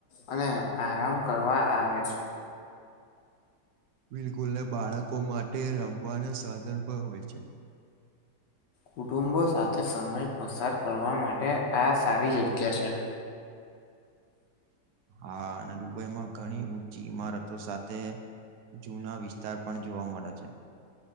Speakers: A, on the left (about 85°); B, on the right (about 70°).
A: અને આરામ કરવા આવે છે.
B: બિલકુલ ને બાળકો માટે રમવાના સાધન પણ હોય છે.
A: કુટુંબો સાથે સમય પસાર કરવા માટે આ સારી જગ્યા છે.
B: હા અને ડુબઈ માં ઘણી ઊંચી ઈમારતો સાથે જુના વિસ્તાર પણ જોવા મળે છે.